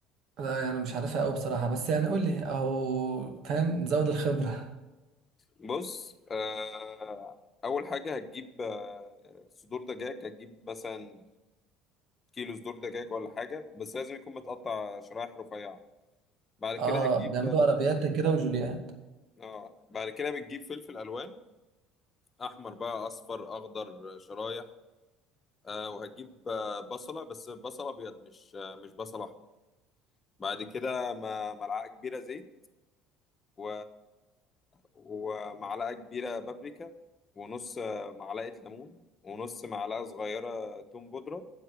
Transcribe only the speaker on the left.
بص آه اول حاجه هتجيب آه، صدور دجاج هتجيب مثلا كيلو صدور دجاج ولا حاجة بس لازم يكون متقطع شرايح رفيعة بعد كده
هتجيب
اه بعد كده بتجيب فلفل ألوان أحمر بقى أصفر أخضر شرايح آه وهتجيب آه بصلة بس بصلة أبيض مش آه مش بصل أحمر بعد كده م- ملعقة كبيرة زيت و... ومعلقة كبيرة بابريكا ونص آه، معلقة ليمون ونص معلقة صغيرة توم بودرة